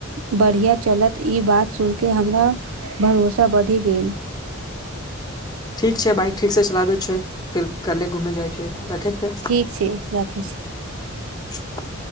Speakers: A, on the right; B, on the left.
A: बढ़िया चलत ई बात सुन के हमरा भरोसा बढ़ि गेल
B: ठीक छै बाइक ठीक से चलाबे छ फिर कले घुमे जाय छै राखे छै
A: ठीक छै राखै छी
B: <inaudible>